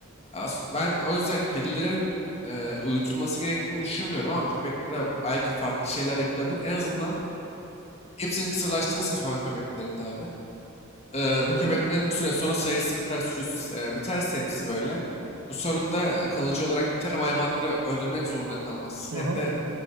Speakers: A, on the left; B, on the right.
A: As- Ben o yüzden kedilerin e, uyutulması gerektiğini düşünmüyorum ama köpeklere belki farklı şeyler yapılabilir. En azından hepsini kısırlaştırırsın sokak köpeklerinin abi. E,
B: Hı
A: bu köpeklerin
B: hı.
A: bir süre sonra sayısı biter, sürüsü e, biterse hepsi böyle. Bu sorun da kalıcı olarak biter hem hayvanları öldürmek zorunda kalmazsın
B: Hı
A: hem
B: hı.
A: de